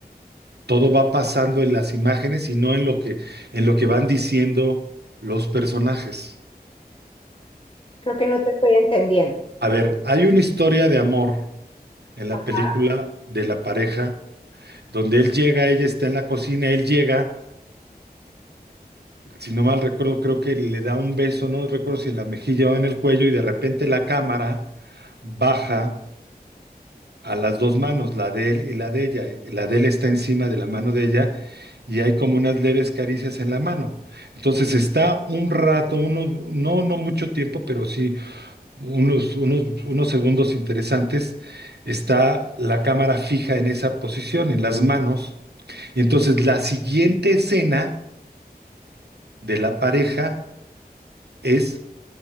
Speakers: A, on the right; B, on the left.
A: todo va pasando en las imágenes y no en lo que, en lo que van diciendo los personajes.
B: Creo que no te estoy entendiendo.
A: A ver, hay una historia de amor en la
B: Ajá.
A: película de la pareja, donde él llega, ella está en la cocina, él llega, si no mal recuerdo, creo que le da un beso, no recuerdo si en la mejilla o en el cuello, y de repente la cámara baja a las dos manos, la de él y la de ella. La de él está encima de la mano de ella y hay como unas leves caricias en la mano. Entonces está un rato, unos, no, no mucho tiempo, pero sí unos, unos, unos segundos interesantes. Está la cámara fija en esa posición, en las manos. Y entonces la siguiente escena de la pareja es